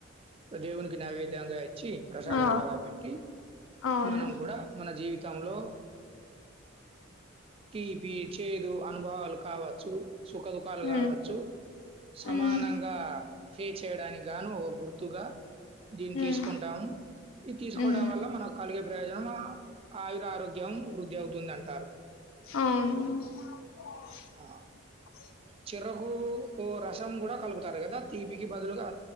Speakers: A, on the right; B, on the left.
A: దేవునికి నైవేద్యంగా ఇచ్చి ప్రసాదం
B: ఆ
A: లాగా పెట్టి
B: అవును
A: మనం కూడా మన జీవితంలో తీపి చేదు అనుభవాలు కావచ్చు సుఖ దుఖాలు
B: ఉమ్,
A: కావచ్చు సమానంగా
B: ఉమ్,
A: ఫేస్ చేయడానికి గాను ఒక గుర్ తుగా దీన్ని
B: ఉమ్,
A: తీసుకుంటాము ఇది తీసుకోవడం
B: ఉమ్,
A: వల్ల మనకు కలిగే ప్రయోజనమా ఆయుర ఆరోగ్యం వృద్ధి అవుతుంది అంటారు
B: అవును
A: ఆ! చెరకు ఓ రసం కూడా కలుపుతారు కదా తీపికి బదులుగా